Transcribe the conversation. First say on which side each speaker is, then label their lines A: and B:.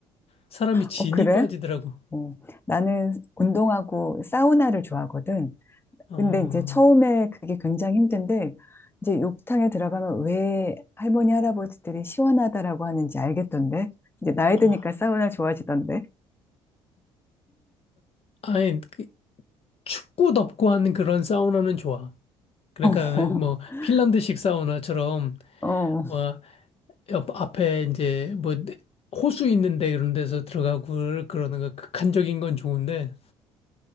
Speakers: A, on the left (about 45°); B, on the left (about 15°).
A: 사람이 진이
B: 어, 그래?
A: 빠지더라고.
B: 어, 나는 운동하고 사우나를 좋아하거든.
A: 어,
B: 근데 이제 처음에 그게 굉장히 힘든데 이제 욕탕에 들어가면 왜 할머니 할아버지들이 시원하다라고 하는지 알겠던데 이제 나이
A: 어,
B: 드니까 사우나 좋아지던데
A: 아니, 그 춥고 덥고 하는 그런 사우나는 좋아. 그러니까
B: <laughs>
A: 뭐 핀란드식 사우나처럼
B: 어, 어,
A: 뭐 옆 앞에 이제 뭐 호수 있는데 이런 데서 들어가고 그러는 거 극한적인 건 좋은데